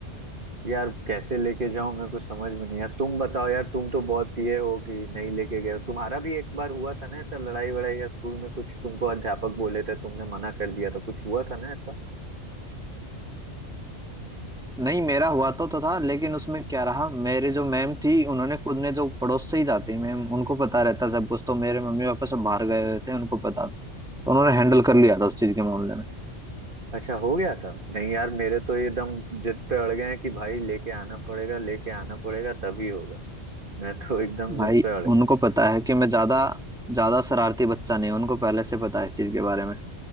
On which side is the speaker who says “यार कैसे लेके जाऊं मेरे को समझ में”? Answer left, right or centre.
Right